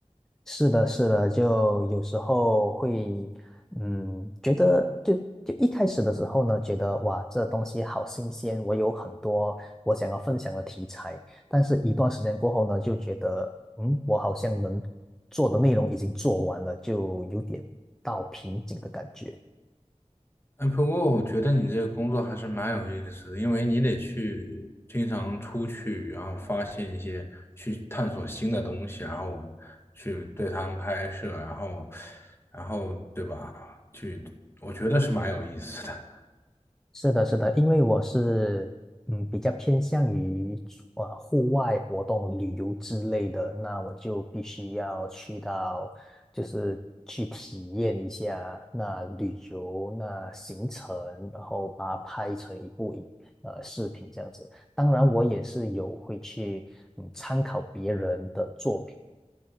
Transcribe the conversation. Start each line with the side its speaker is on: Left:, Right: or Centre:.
Centre: 是的，是的，就有时候会，嗯，觉得就就一开始的时候呢，觉得哇，这东西好新鲜，我有很多我想要分享的题材，但是一段时间过后呢，就觉得，嗯，我好像能做的内容已经做完了，就有点到瓶颈的感觉。
Left: 哎，不过我觉得你这个工作还是蛮有意思的，因为你得去经常出去，然后发现一些，去探索新的东西，然后去对他们拍摄，然后然后对吧？去，我觉得是蛮有意思的。
Centre: 是的，是的，因为我是嗯比较偏向于呃户外活动、旅游之类的，那我就必须要去到，就是去体验一下那旅游那行程，然后把它拍成一部影呃视频这样子。当然，我也是有会去嗯参考别人的作品，